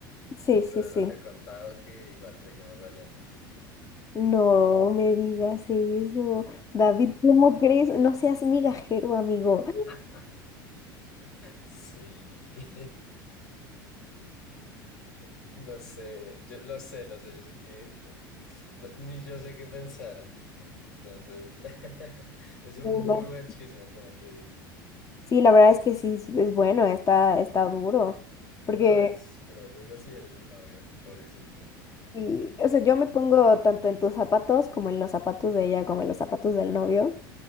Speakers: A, on the left; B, on the left.
A: Sí, sí,
B: Pero
A: sí.
B: no te he contado que igual seguimos saliendo.
A: No me digas eso. David, ¿cómo crees? No seas migajero, amigo.
B: <laughs> Sí. <laughs> Lo sé, yo lo sé, lo sé, yo sé que no- ni yo sé qué pensar. Entonces, <laughs> es un
A: Me
B: muy
A: imag-
B: buen chisme, como te dije.
A: Sí, la verdad es que sí, es es bueno, está, está duro. Porque,
B: No, es, pero duro si eres el novio, pobrecito.
A: y, o sea, yo me pongo tanto en tus zapatos como en los zapatos de ella, como en los zapatos del novio.